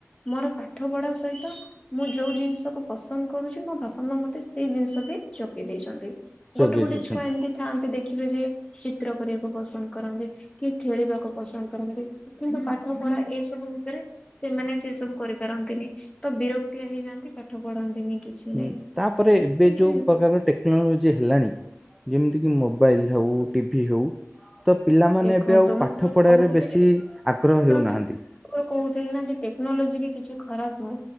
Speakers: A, on the left; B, in the centre.
A: ମୋର ପାଠ ପଢା ସହିତ ମୁଁ ଯୋଉ ଜିନିଷକୁ ପସନ୍ଦ କରୁଛି ମୋ ବାପା ମା ମତେ ସେଇ ଜିନିଷ ଚକି ଦେଇଛନ୍ତି
B: ଯୋଗେଇ
A: ଗୋଟେ ଗୋଟେ
B: ଦେଇଛନ୍ତି।
A: ଛୁଆ ଏମିତି ଥାଆନ୍ତି ଦେଖ ଦେଖିବେ ଯେ ଚିତ୍ର କରିବାକୁ ପସନ୍ଦ କରନ୍ତି କି ଖେଳିବାକୁ ପସନ୍ଦ କରନ୍ତି କିନ୍ତୁ ପାଠ ପଢା ଏସବୁ ଭିତରେ ସେମାନେ ସେ ସବୁ କରିପାରନ୍ତିନି ତ ବିରକ୍ତିଆ ହେଇଯାନ୍ତି ପାଠ ପଢନ୍ତିନି। କିଛି ନାହିଁ।
B: ହୁଁ ତାପରେ ଏବେ
A: ସେମିତି
B: ଯୋଉ
A: ବି
B: ପ୍ରକାର ଟେକ୍ନୋଲୋଜି ହେଲାଣି। ଯେମିତିକି ମୋବାଇଲ୍ ହେଉ ଟିଭି ହେଉ ତ ପିଲାମାନେ
A: ଦେଖନ୍ତୁ
B: ଏବେ ଆଉ
A: ମୁଁ
B: ପାଠ ପଢାରେ
A: କହୁଥିଲି
B: ବେଶୀ ଆଗ୍ରହ ହେଉନାହାନ୍ତି।
A: କିଛି ଆପଣ କହୁଥିଲେ ନା ଯେ ଟେକ୍ନୋଲୋଜି ବି କିଛି ଖରାପ ହ